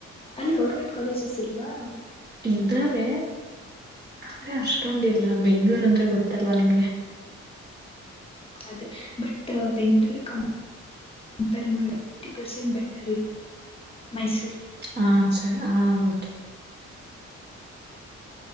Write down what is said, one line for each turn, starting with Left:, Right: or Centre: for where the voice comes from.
Left: ಅಲ್ಲಿ ಗೌರ್ಮೆಂಟ್ ಕಾಲೇಜಸ್ ಇಲ್ವಾ
Right: ಇದಾವೆ ಆದ್ರೆ ಅಷ್ಟೊಂದಿಲ್ಲ ಬೆಂಗ್ಳೂರ್ ಅಂದ್ರೆ ಗೊತ್ತಲ್ವಾ ನಿಮ್ಗೆ
Left: ಅದೇ ಬಟ್ ಬೆಂಗಗಳೂರು ಕ ಕಂಪೇರ್ ಮಾಡ ನೈಟಿ ಪರ್ಸೆಂಟ್ ಬೆಟರ್ ಇದು ಮೈಸೂರು
Right: ಹಾ ಸರಿ ಹ ೆ